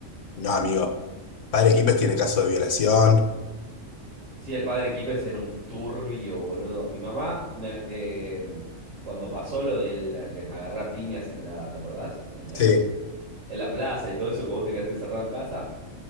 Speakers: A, on the left (about 70°); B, on the right (about 70°).
A: No, amigo, padre Quípez tiene casos de violación.
B: Sí, el padre Kipes era un turbio, boludo. Mi mamá, me, eh, cuando pasó lo de la que me agarré a piñas en la, ¿te acordás? En <laughs>
A: Sí.
B: en la plaza y todo eso, que vos te quedaste encerrado en casa.